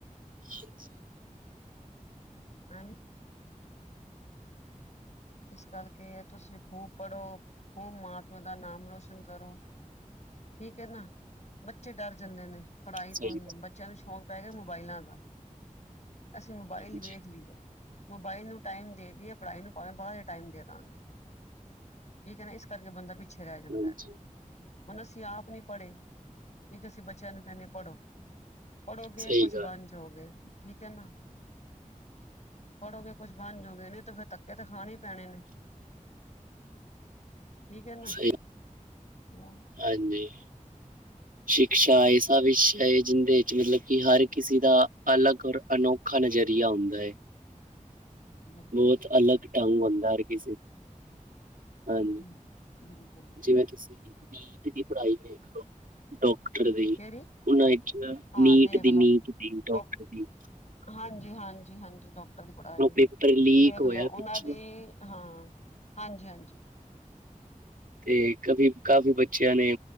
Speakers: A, on the right; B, on the left.
A: ਹਾਂਜੀ।
B: ਹ ਇਸ ਕਰਕੇ ਤੁਸੀਂ ਖੂਬ ਪੜ੍ਹੋ ਖੂਬ ਮਾਂ ਪਿਓ ਦਾ ਨਾਮ ਰੋਸ਼ਨ ਕਰੋ। ਠੀਕ ਏ ਨਾ ਬੱਚੇ ਡਰ ਜਾਂਦੇ ਨੇ, ਪੜ੍ਹਾਈ
A: ਸਹੀ
B: ਤੋਂ ਹੀ
A: ਗੱਲ।
B: ਬੱਚਿਆਂ ਨੂੰ ਸ਼ੌਂਕ ਪੈ ਗਿਆ ਮੋਬਾਇਲਾਂ ਦਾ ਅਸੀਂ ਮੋਬਾਇਲ
A: ਹਾਂਜੀ,
B: ਵੇਖ ਲਈਏ। ਮੋਬਾਇਲ ਨੂੰ ਟਾਈਮ ਦੇ ਦੀਏ ਪੜ੍ਹਾਈ ਨੂੰ ਭਾਵੇਂ ਬਾਅਦ ਚ ਟਾਈਮ ਦੇ ਦਵਾਂਗੇ ਠੀਕ ਹੈ ਨਾ ਇਸ ਕਰਕੇ ਬੰਦਾ ਪਿੱਛੇ ਰਹਿ ਜਾਂਦਾ
A: ਹਾਂਜੀ
B: ਹੈਗਾ। ਹੁਣ ਅਸੀਂ ਆਪ ਨੀ ਪੜ੍ਹੇ ਕੀ ਅਸੀਂ ਬੱਚਿਆਂ ਨੂੰ ਕਹਿੰਦੇ ਪੜੋ। ਪੜ੍ਹੋਗੇ
A: ਸਹੀ
B: ਕੁਛ
A: ਗੱਲ
B: ਬਣ ਜਾਓਗੇ ਠੀਕ ਹੈ ਨਾ ਪੜੋਗੇ। ਕੁਛ ਬਣ ਜਾਓ ਗਏ ਨੀ ਤੇ ਫੇਰ ਧੱਕੇ ਤੇ ਖਾਣੇ ਹੀ ਪੈਣੇ ਨੇ ਠੀਕ ਹੈ ਨਾ
A: ਸਹੀ
B: ਹੋ
A: ਹਾਂਜੀ। ਸ਼ਿਕਸ਼ਾ ਇਹਸਾ ਵਿਸ਼ਾ ਹੈ। ਜਿੰਦੇ ਵਿੱਚ ਮਤਲਬ ਕਿ ਹਰ ਕਿਸੇ ਦਾ ਅਲੱਗ ਔਰ ਅਨੋਖਾ ਅਨੋਖਾ ਨਜ਼ਰੀਆ ਹੁੰਦਾ ਏ।
B: ਬਿਲਕੁਲ
A: ਬੋਤ ਅਲੱਗ ਢੰਗ ਹੁੰਦਾ ਹਰ ਕਿਸੇ ਹਾਂਜੀ।
B: ਹੂੰ ਹੂੰ
A: ਜਿਵੇਂ ਤੁਸੀਂ ਨੀਟ ਦੀ ਪੜ੍ਹਾਈ ਵੇਖ ਲਓ। ਡਾਕਟਰ ਦੀ
B: ਕਿਹੜੀ
A: ਉਹਨਾਂ ਚ ਨਾ
B: ਹਾਂ
A: ਨੀਟ
B: ਦੇਖਲੋ
A: ਦੀ ਨੀਟ ਦੀ ਡਾਕਟਰ
B: ਡੋ
A: ਦੀ।
B: ਹਾਂਜੀ ਹਾਂਜੀ ਹਾਂਜੀ ਡਾਕਟਰ ਦੀ ਪੜਾਈ
A: ਉਹ ਪੇਪਰ ਲੀਕ
B: ਵੇਖਲੋ
A: ਹੋਇਆ
B: ਉਹਨਾਂ
A: ਪਿੱਛੇ
B: ਦੀ ਹਾਂ ਹਾਂਜੀ ਹਾਂਜੀ।
A: ਤੇ ਕਫੀ ਕਾਫ਼ੀ ਬੱਚਿਆਂ ਨੇ